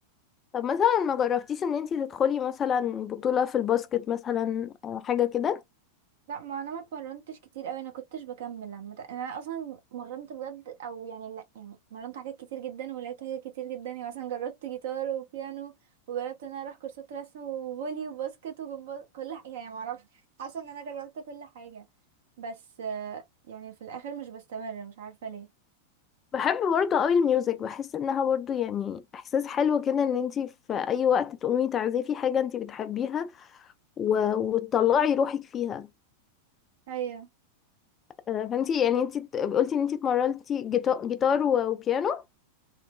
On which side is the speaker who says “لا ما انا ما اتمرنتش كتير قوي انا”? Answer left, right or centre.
Right